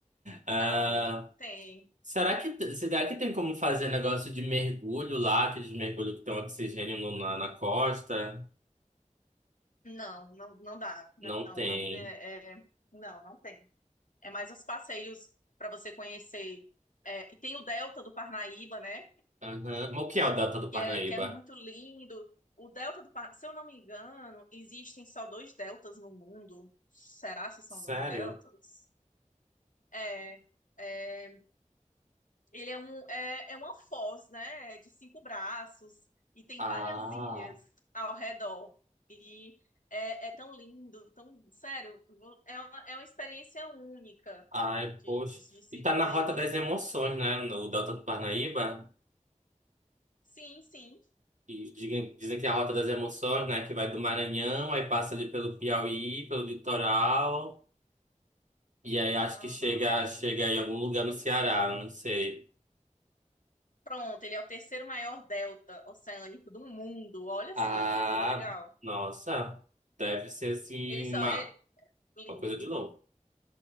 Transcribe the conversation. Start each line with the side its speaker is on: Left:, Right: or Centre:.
Right: Ah,
Left: Não, não tem.
Right: Será que, será que tem como fazer negócio de mergulho lá, aqueles mergulhos que tem oxigênio no- na, na costa?
Left: Não, não, não dá. Não,
Right: Não tem.
Left: não, é, é, não, não tem. É mais os passeios para você conhecer. É, e tem o Delta do Parnaíba, né?
Right: Aham. O que é o Delta do Parnaíba?
Left: que é, que é muito lindo. O delta do, Pa- se eu não me engano, existem só dois deltas no mundo. Será se são
Right: Sério?
Left: dois deltas? É, é, ele é um é, é uma foz, né? É De cinco braços e tem
Right: Ah,
Left: várias ilhas ao redor. E é, é tão lindo, tão sério. vo- É uma, é uma experiência única
Right: ai,
Left: de,
Right: poxa.
Left: de, de se
Right: E tá
Left: viver.
Right: na Rota das Emoções, né? No Delta do Parnaíba.
Left: Sim, sim.
Right: E digam- dizem que é a Rota das Emoções, né? Que vai do Maranhão, aí passa ali pelo Piauí, pelo litoral. E aí acho
Left: Aham.
Right: que chega, chega em algum lugar no Ceará, não sei.
Left: Pronto, ele é o terceiro maior delta oceânico do mundo. Olha
Right: Ah,
Left: só que coisa legal.
Right: nossa, deve ser assim
Left: Ele só
Right: uma,
Left: é lindo.
Right: uma coisa de louco.